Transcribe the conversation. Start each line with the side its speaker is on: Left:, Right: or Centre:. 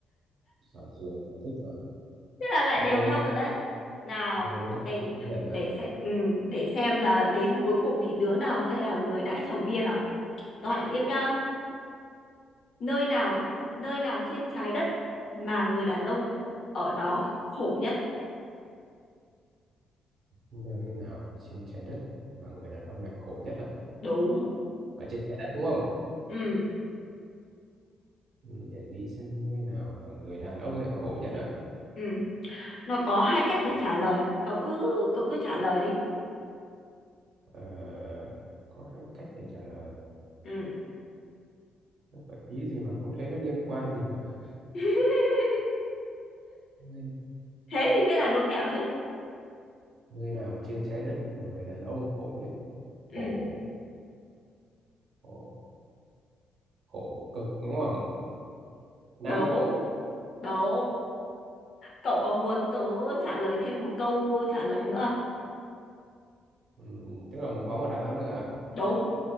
Right: sở trường sở thích rồi
Left: <laughs> thế là lại
Right: ok
Left: đều nhau rồi đấy nào
Right: ừ, thế
Left: để
Right: Nhật Bản
Left: để xem ừ, để xem là đến cuối cùng thì đứa nào sẽ là người đãi chầu bia nào Tôi hỏi tiếp nhá. Nơi nào nơi nào trên trái đất mà người đàn ông ở đó khổ nhất?
Right: nơi nào trên trái đất mà người đàn ông lại khổ nhất à
Left: Đúng.
Right: ở trên trái đất đúng không
Left: Ừ,
Right: ừ, để nghĩ xem nơi nào mà người đàn ông lại khổ nhất à
Left: ừ. Nó có hai cách để trả lời. Cậu cứ cậu cứ trả lời đi.
Right: Ờ, có hai cách để trả lời
Left: Ừ.
Right: Không phải ý gì mà không thấy nó liên quan gì cả
Left: <laughs>
Right: nơi,
Left: Thế thì mới là đố mẹo chứ.
Right: nơi nào trên trái đất mà người đàn ông khổ nhất
Left: Ừ,
Right: khổ khổ khổ cực đúng không nam
Left: đúng,
Right: không
Left: đúng. Cậu có muốn tớ trả lời thêm một câu trả lời nữa không?
Right: ừ, tức là một có một đáp án nữa à?
Left: Đúng.